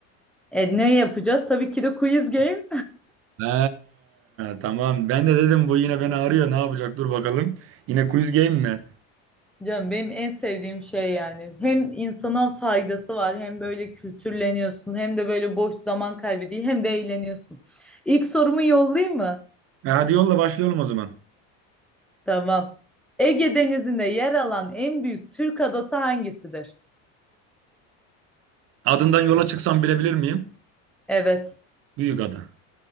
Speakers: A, in the centre; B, on the right.
A: E ne yapacağız? Tabii ki de quiz game.
B: He, tamam ben de dedim bu yine beni arıyor ne yapacak dur bakalım. Yine quiz game mi?
A: Canım benim en sevdiğim şey yani. Hem insana faydası var hem böyle kültürleniyorsun hem de böyle boş zaman kaybı değil hem de eğleniyorsun. İlk sorumu yollayayım mı?
B: E, hadi yolla başlayalım o zaman.
A: Tamam. Ege Denizi'nde yer alan en büyük Türk adası hangisidir?
B: Adından yola çıksam bilebilir miyim?
A: Evet.
B: Büyük ada.